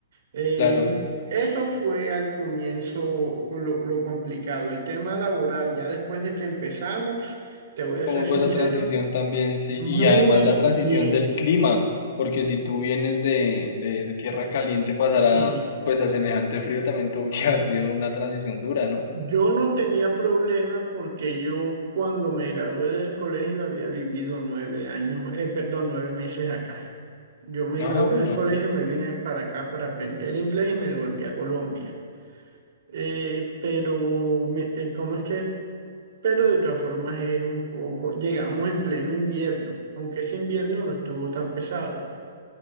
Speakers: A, on the right; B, on the left.
A: Eh,
B: claro.
A: eso fue al comienzo lo, lo complicado. El tema laboral, ya después de que empezamos, te voy a
B: ¿Cómo
A: ser sincero,
B: fue esa transición también? Sí,
A: muy
B: y además la transición
A: bien.
B: del clima, porque si tú vienes de, de, de tierra caliente pasará
A: Sí.
B: pues a semejante frío también tuvo que <laughs> haber sido una transición dura, ¿no?
A: Yo no tenía problema porque yo cuando me gradué del colegio había vivido nueve años, eh, perdón, nueve meses acá. Yo me
B: Ah,
A: gradué
B: bueno.
A: del colegio y me vine para acá para aprender inglés y me devolví a Colombia. Eh, pero, me- eh, ¿cómo es que? Pero de todas formas es un poco, llegamos en pleno invierno, aunque ese invierno no estuvo tan pesado.